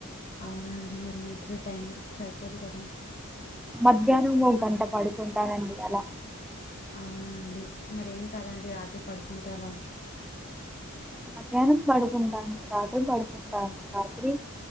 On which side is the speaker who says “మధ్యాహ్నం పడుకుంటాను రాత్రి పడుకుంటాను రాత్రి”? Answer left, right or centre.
Centre